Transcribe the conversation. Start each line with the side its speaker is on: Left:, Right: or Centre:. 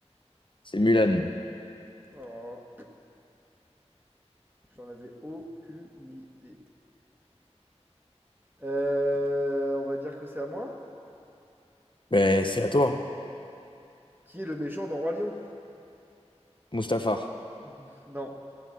Left: C'est Mulan.
Right: Oh. J'en avais aucune idée. Euh, on va dire que c'est à moi.
Left: Ben, c'est à toi. hein.
Right: Qui est le méchant dans Roi Lion?
Left: Mustafar.
Right: <laughs> Non.